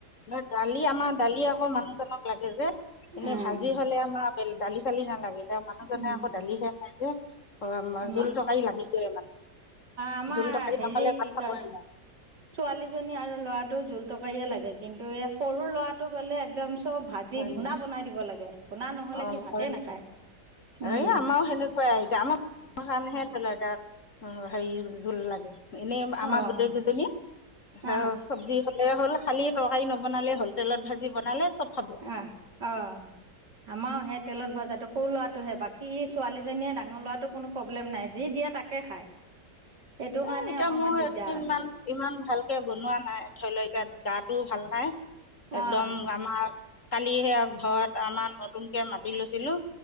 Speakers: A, on the left; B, on the right.
A: ন দালি আমা দালি আকৌ মানুহজনক লাগে যে, এনে
B: উম
A: ভাজি হ'লে আমা তেল দালি চালি নালাগে এতিয়া মানুহজনে
B: উম
A: আকৌ দালিহে খাই যে অ',
B: আমাৰ
A: আমা জোল তকাৰি লাগি তে মানে,
B: আমাৰ
A: জোল-তৰকাৰি
B: হেৰি
A: বনালে
B: কি
A: ভাত
B: কয়
A: <unintelligible>
B: ছোৱালীজনী আৰু ল'ৰাটো জোল-তৰকাৰিয়ে লাগে কিন্তু এই সৰু ল'ৰাটো গ'লে একদম চব ভাজি
A: হয়
B: ভূনা
A: নেকি
B: বনাই দিব লাগে, ভূনা নহ'লে
A: অঁ
B: সি ভাতে
A: হয় নেকি
B: নাখায়। উম
A: এই আমাৰ সেনেকুৱাই এতিয়া <unintelligible> অ, হেৰি জোল লাগে এনেই আমাৰ
B: অঁ
A: গোটেইকেইজনী হ
B: অঁ
A: চব্জি খালেই হ'ল, খালি তৰকাৰী নবনালে হ'ল, তেলত ভাজি বনালে চব খাব।
B: অহ, অ', আমাৰো সেই তেলত ভজাটো সৰু লৰাটোহে বা সি ছোৱালীজনীয়ে ডাঙৰ ল'ৰাটো কোনো প্ৰব্লেম নাই, যি দিয়া তাকে খায়। এইটো
A: এ
B: কাৰণে
A: এতিয়া
B: অকণমান
A: মোৰ
B: দিগদাৰ
A: একেইদিনমান ইমান ভালকে বনোৱা নাই, ধৰি ল' এতিয়া গাটো ভাল নাই। একদম
B: অঁ
A: আমাৰ, কালিহে আৰু ঘৰত আমাৰ নতুনকে মা টি লৈছিলোঁ,